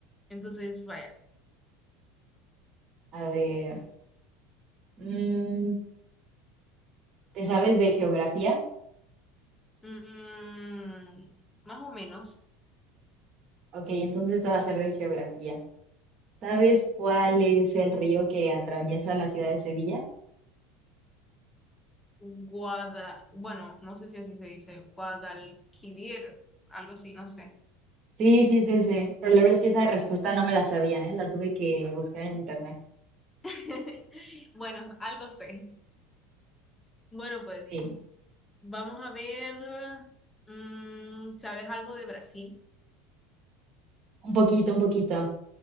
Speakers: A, on the left; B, on the right.
A: Entonces, vaya.
B: A ver, mm, ¿te sabes de geografía?
A: Mm, más o menos.
B: Ok, entonces te va a ser de geografía. ¿Sabes cuál es el río que atraviesa la ciudad de Sevilla?
A: Guada, bueno, no sé si así se dice, Guadalquivir, algo así, no sé.
B: Sí, sí, sí, sí. Pero la verdad es que esa respuesta no me la sabía, ¿eh? La tuve que buscar en internet.
A: <laughs> Bueno, algo sé. Bueno, pues
B: Sí,
A: vamos a ver, mm, ¿sabes algo de Brasil?
B: un poquito, un poquito.